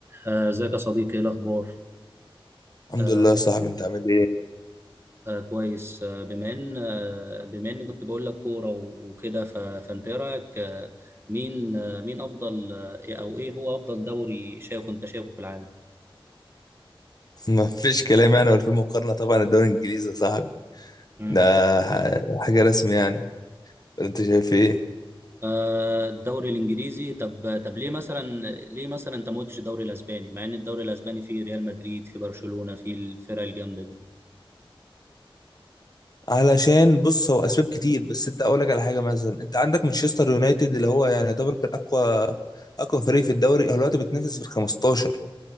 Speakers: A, on the right; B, on the left.
A: آه، ازيك يا صديقي ايه الاخبار
B: الحمد
A: آه
B: لله يا صاحبي انت عامل ايه؟
A: آه كويس آه بما ان آه بما اني كنت بقول لك كوره و- وكده ف- فانت ايه رايك آه مين آه مين افضل آه إيه- او ايه هو افضل دوري شايفه انت شايفه في العالم
B: <laughs> ما فيش كلام يعني ولا في مقارنة طبعا الدوري الانجليزي يا صاحبي
A: مم.
B: ده ح- حاجة رسمي يعني ولا انت شايف ايه؟
A: آه الدوري الانجليزي طب طب ليه مثلا ليه مثلا انت ما قلتش الدوري الاسباني مع ان الدوري الاسباني فيه ريال مدريد فيه برشلونة فيه الفرق الجامده دي
B: علشان بص هو اسباب كتير بس انت اقول لك على حاجة مثلا انت عندك مانشستر يونايتد اللي هو يعني يعتبر كان اقوى اقوى فريق في الدوري هو دلوقتي بتنافس في ال 15